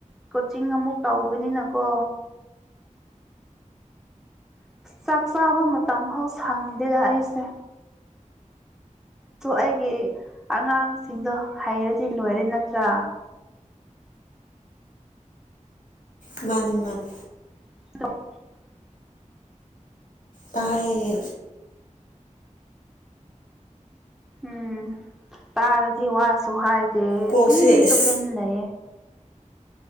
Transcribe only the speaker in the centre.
ꯀꯣꯆꯤꯡ ꯑꯃꯨꯛ ꯇꯧꯕꯅꯤꯅꯀꯣ ꯆꯥꯛ ꯆꯥꯕ ꯃꯇꯝꯐꯥꯎ ꯁꯪꯗꯦꯗ ꯑꯩꯁꯦ ꯑꯩꯒꯤ ꯑꯉꯥꯡꯁꯤꯡꯗꯣ ꯍꯩꯔꯗꯤ ꯂꯣꯏꯔꯦ ꯅꯠꯇ꯭ꯔꯥ
<inaudible>
ꯎꯝ ꯇꯥꯔꯗꯤ ꯋꯥꯁꯨ ꯍꯥꯏꯗꯦ
ꯇꯨꯝ
ꯇꯨꯝꯃꯤꯟ ꯂꯩꯌꯦ